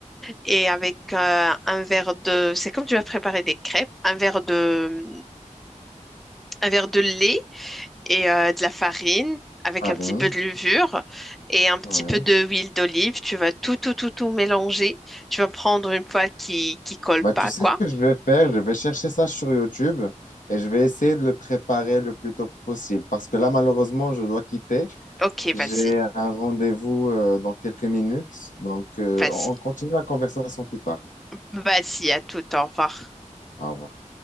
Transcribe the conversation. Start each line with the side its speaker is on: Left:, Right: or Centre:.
Centre: et avec euh, un verre de, c'est comme tu vas préparer des crêpes, un verre de, un verre de lait et euh, de la farine avec
Left: Farine.
Centre: un petit peu de levure et un petit
Left: Ouais.
Centre: peu de huile d'olive. Tu vas tout, tout, tout, tout mélanger. Tu vas prendre une poêle qui qui colle
Left: Bah,
Centre: pas,
Left: tu sais
Centre: quoi.
Left: ce que je vais faire? Je vais chercher ça sur YouTube et je vais essayer de le préparer le plus tôt possible. Parce que là, malheureusement, je dois quitter.
Centre: Ok,
Left: J'ai
Centre: vas-y,
Left: un rendez-vous euh, dans quelques minutes, donc euh,
Centre: vas-y,
Left: on on continue la conversation plus tard.
Centre: vas-y, à tout, au revoir.
Left: Au revoir.